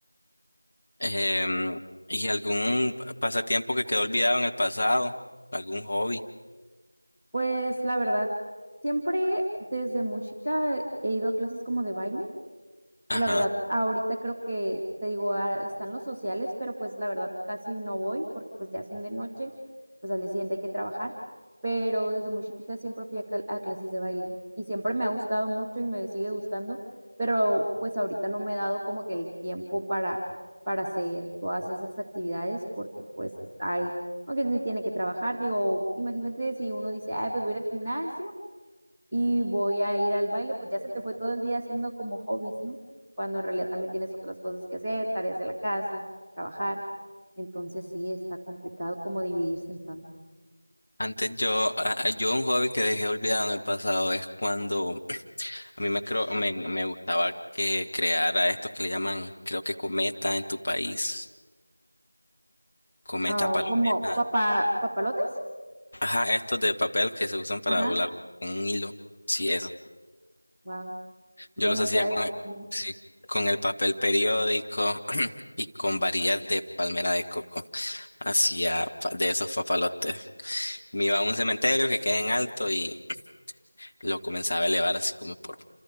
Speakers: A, on the left (about 30°); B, in the centre.
A: Em, ¿y algún pa- pasatiempo que quedó olvidado en el pasado? ¿Algún hobby?
B: Pues la verdad, siempre desde muy chica he ido a clases como de baile. Y
A: Ajá.
B: la verdad, ahorita creo que, te digo, ah, están los sociales, pero pues la verdad casi no voy porque pues ya son de noche, pues al día siguiente hay que trabajar, pero desde muy chiquita siempre fui a, cal- a clases de baile y siempre me ha gustado mucho y me sigue gustando, pero pues ahorita no me he dado como que el tiempo para, para hacer todas esas actividades porque pues hay, aunque tiene que trabajar, digo, imagínate si uno dice, ay, pues voy a ir al gimnasio y voy a ir al baile, pues ya se te fue todo el día haciendo como hobbies, ¿no? Cuando en realidad también tienes otras cosas que hacer, tareas de la casa, trabajar. Entonces sí, está complicado como dividirse en tanto.
A: Antes yo, a- a- yo un hobby que dejé olvidado en el pasado es cuando a mí me, creo, me, me gustaba que creara estos que le llaman, creo que cometa en tu país. Cometa,
B: Ah,
A: palometa.
B: como papá, papalotes.
A: Ajá, estos de papel que se usan para
B: Ajá.
A: volar con un hilo. Sí, eso.
B: Wow. Yo
A: Yo los
B: nunca
A: hacía con
B: he guardado
A: el,
B: uno.
A: sí, con el papel periódico <clears throat> y con varillas de palmera de coco. Hacía pa- de esos papalotes. Me iba a un cementerio que queda en alto y <clears throat> lo comenzaba a elevar así como por